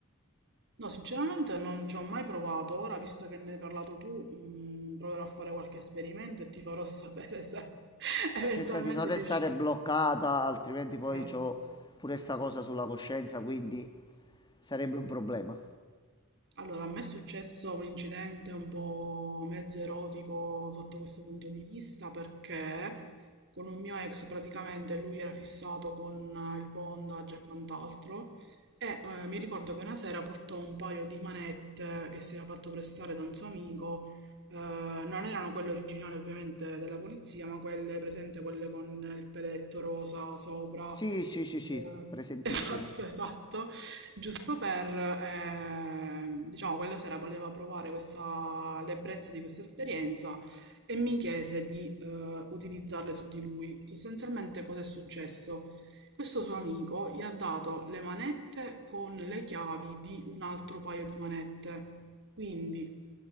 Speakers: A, on the right; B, on the left.
A: No, sinceramente non ci ho mai provato. Ora, visto che ne hai parlato tu, mm, proverò a fare qualche esperimento e ti farò sapere se <laughs> eventualmente
B: Ma Cerca di non restare
A: riuscirò.
B: bloccata, altrimenti poi
A: Eh.
B: c'ho pure sta cosa sulla coscienza, quindi sarebbe un problema.
A: Allora, a me è successo un incidente un po' mezzo erotico sotto questo punto di vista perché con un mio ex praticamente lui era fissato con eh, il bondage e quant'altro e eh, mi ricordo che una sera portò un paio di manette che si era fatto prestare da un suo amico, eh, non erano quelle originali ovviamente della polizia, ma quelle presente, quelle con il peletto rosa sopra.
B: Sì, sì,
A: eh,
B: sì, sì, presentissimo.
A: <laughs> Esatto, esatto giusto per, eh, diciamo, quella sera voleva provare questa, l'ebbrezza di questa esperienza e mi chiese di eh, utilizzarle su di lui. Sostanzialmente cosa è successo? Questo suo amico gli ha dato le manette con le chiavi di un altro paio di manette. Quindi